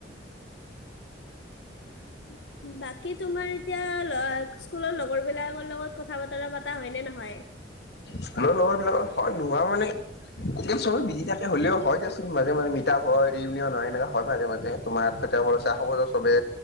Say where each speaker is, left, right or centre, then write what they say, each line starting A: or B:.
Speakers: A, on the left; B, on the left.
A: <inaudible> বাকী তোমাৰ এতিয়া স্কুলৰ লগৰ বিলাকৰ লগত কথা বতৰা পতা হয় নে নহয়? <inaudible>
B: স্কুলৰ লগৰ বিলাকত হয় নোহোৱা মানে আজালি চবে বিজি থাকে হলেও হয় দিয়াচোন মাজে মাজে মিতাপ হয় ৰিউনিয়ন হয় এনেকুৱা হয় মাজে মাজে তোমাৰ চাহ খাব যাওঁ চবে।